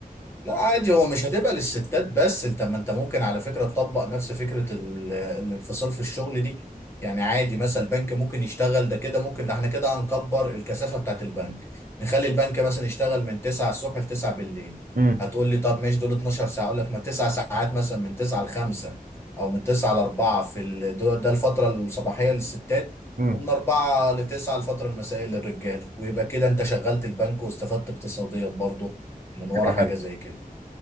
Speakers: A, on the left; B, on the right.
A: لا عادي هو مش هتبقى للستات بس انت ما انت ممكن على فكرة تطبق نفس فكرة ال- الانفصال في الشغل دي يعني عادي مثلا البنك ممكن يشتغل ده كده ممكن ده احنا كده هنكبر الكثافة بتاعت البنك نخلي البنك مثلا يشتغل من 9 الصبح ل 9 بالليل
B: امم
A: هتقول لي طب ماشي دول 12 ساعة اقول لك ما 9 ساعات مثلا من 9 ل 5 او من 9 ل 4 في ال- ده ده الفترة الصباحية للستات
B: امم
A: ومن 4 ل 9 الفترة المسائية للرجال ويبقى كده انت شغلت البنك واستفدت اقتصاديا برضه من ورا
B: فكره
A: حاجة
B: حلوه
A: زي كده